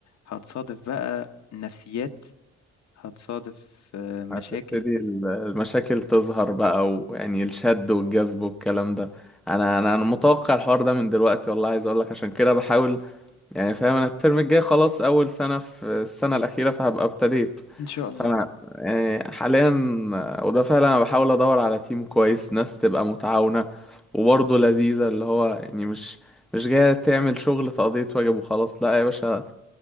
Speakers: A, on the left (about 65°); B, in the centre.
A: هتصادف بقى نفسيات هتصادف آه، مشاكل
B: هتبتدي ال- المشاكل تظهر بقى ويعني الشد والجذب والكلام ده انا انا انا متوقع الحوار ده من دلوقتي والله عايز اقول لك عشان كده بحاول يعني فاهم انا الترم الجاي خلاص اول سنة في السنة الأخيرة فهبقى ابتديت
A: ان شاء الله
B: فانا يعني حاليا وده فعلا انا بحاول ادور على تيم كويس ناس تبقى متعاونة وبرضه لذيذة اللي هو يعني مش مش جاية تعمل شغل تقضية واجب وخلاص لا يا باشا